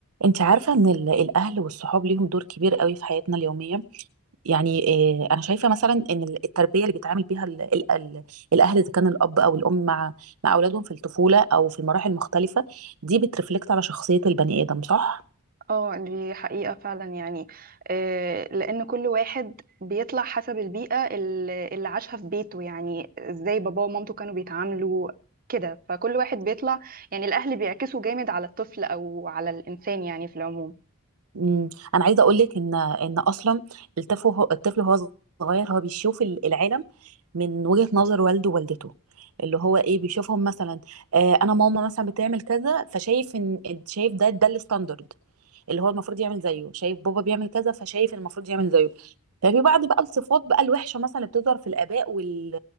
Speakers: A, on the right (about 80°); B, on the right (about 40°).
A: انت عارفة ان ال- الاهل والصحاب ليهم دور كبير قوي في حياتنا اليومية يعني اه انا شايفة مثلا ان ال- التربية اللي بيتعامل بيها ال ال ال الاهل اذا كان الاب او الام مع مع اولادهم في الطفولة او في المراحل المختلفة دي بترفلكت على شخصية البني ادم صح؟
B: اه دي حقيقة فعلا يعني آه، لأن كل واحد بيطلع حسب البيئة ال- اللي عاشها في بيته يعني ازاي باباه ومامته كانوا بيتعاملوا كده فكل واحد بيطلع يعني الأهل بيعكسوا جامد على الطفل أو على الإنسان يعني في العموم
A: امم انا عايزة اقول لك ان ان اصلا الطفل هو الطفل هو صغير هو بيشوف ال- العالم من وجهة نظر والده ووالدته اللي هو ايه بيشوفهم مثلا آه انا ماما مثلا بتعمل كذا فشايف ان شايف ده ده الستاندرد اللي هو المفروض يعمل زيه شايف بابا بيعمل كذا فشايف المفروض يعمل زيه ففي بعض بقى الصفات بقى الوحشه مثلا اللي بتظهر في الاباء وال...